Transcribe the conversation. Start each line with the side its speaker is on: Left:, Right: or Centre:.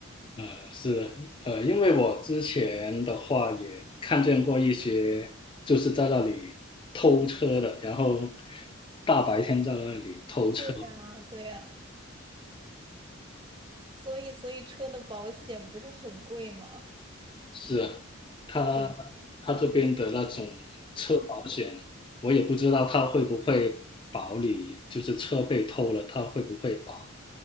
Left: 呃，是的，呃，因为我之前的话也看见过一些，就是在那里偷车的，然后大白天在那里偷车。
Right: 对呀，对呀。所以所以车的保险不是很贵吗？
Left: 是啊他
Right: 对，
Left: 他这边的那种车保险，我也不知道他会不会保你，就是车被偷了，他会不会保？